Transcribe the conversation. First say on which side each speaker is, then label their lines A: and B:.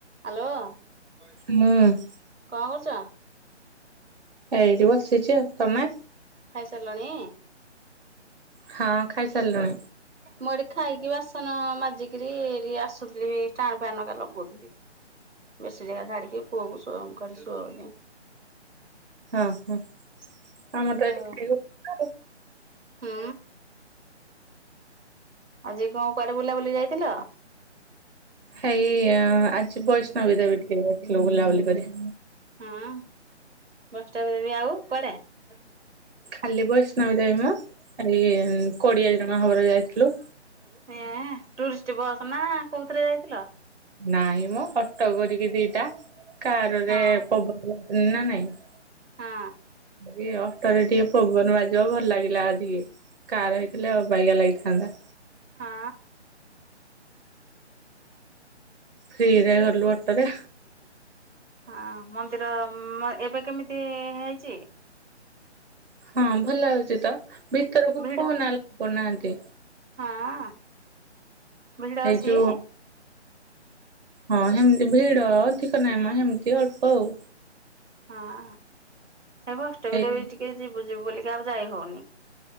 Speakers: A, on the right (about 80°); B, on the right (about 55°).
A: ହ୍ୟାଲୋ କଣ
B: ହୁଁ
A: କରୁଛ?
B: ଏଇଠି ବସିଛି ଆଉ, ତମେ?
A: ଲଣି?
B: ହଁ ଖାଇ ସାରିଲୁଣି।
A: ମୁଁ ଏଠି ଖାଇକି ବାସନ ମାଜିକିରି ଏ ଆସୁଥିଲି। ଷ୍ଟାଣ୍ଡ ଫ୍ୟାନ୍ ଟା ଲଗଉଥିଲି। ବେଡ଼ସିଡ ଜାଗା ଝାଡ଼ିକି ପୁଅକୁ ସୁଆ <inaudible>
B: ହଁ ହଁ ଆମ ର ତ ଏଠି
A: ଆଉ
B: ଖାଇବୁ <unintelligible>
A: ହୁଁ। ଆଜି କଣ କୁଆଡେ ବୁଲା ବୁଲି ଯାଇଥିଲ?
B: ହେଇ ଅ ଆଜି ବୈଷ୍ଣବୀ ଦେବୀ ଟିକେ ଯାଇଥିଲୁ ବୁଲାବୁଲି କରି।
A: ହଁ ବୈଷ୍ଣବୀ ଦେବୀ ଆଉ କୁଆଡେ? <inaudible>
B: ଖାଲି ବୈଷ୍ଣବୀ ଦେବୀ ମ, ଏଇ ଉମ୍ କୋଡିଏ ଜଣ ହବ ଯାଇଥିଲେ।
A: ଏଁ ଟୁରିଷ୍ଟ ବସ୍ ନା କୋଉଁଥିରେ ଯାଇଥିଲ?
B: ନାଇଁ ମୋ ଅଟୋ କରିକି ଦିଟା କାରରେ
A: ହଁ
B: ପବ ନା ନାଇଁ <inaudible>
A: ହଁ।
B: ଇଏ ଅଟୋରେ ଟିକେ ପବନ ବାଜିବ ଭଲ ଲାଗିଲା ଅଧିକି କାର ହେଇଥିଲେ ଅବାଗିଆ ଲାଗିଥାନ୍ତା।
A: ହଁ
B: ଫ୍ରୀ ରେ ଗଲୁ ଅଟୋରେ।
A: ହଁ ମନ୍ଦିର ମ ଏବେ କେମିତି ହେଇଚି?
B: ହଁ ଭଲ ଲାଗୁଛି ତ, ଭିତରକୁ
A: ଭିଡ
B: ଫୋନ ଆଲାଉ କରୁନାହାନ୍ତି।
A: ହଁ, ଭିଡ
B: ଏଇ
A: ଅଛି?
B: ଯୋଉ ହଁ ସେମିତି ଭିଡ ଅଧିକ ନାଇ ମ ସେମିତି ଅଳ୍ପ ଆଉ।
A: ହଁ ଏ ବୈଷ୍ଣବୀ
B: ଏଇ
A: ଦେବୀ ଟିକେ ଯିବୁ ଯିବୁ ବୋଲିକି ଆଉ ଯାଇ ହଉନି।